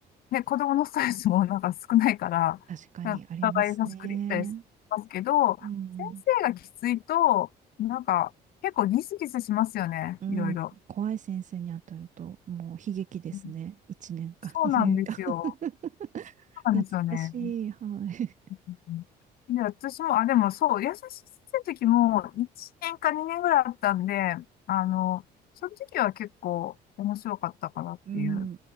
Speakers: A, on the left; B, on the right.
A: で、子供のストレスもなんか少ないから、
B: 確かに、
A: なんかお互い優しくできたりしますけど、
B: ありますね。うん。
A: 先生がきついと、なんか結構ギスギスしますよね、
B: うん、
A: いろいろ。
B: 怖い先生に当たると、もう悲劇ですね。
A: うん
B: 1年か2年か
A: そうなんですよ。
B: <laughs>
A: そうなんですよね。
B: 懐かしい。はい。
A: うんで、私も、あ、でもそう、優しい先生の時も1年か2年ぐらいあったんで、あの、その時は結構面白かったかなっていう。
B: うん、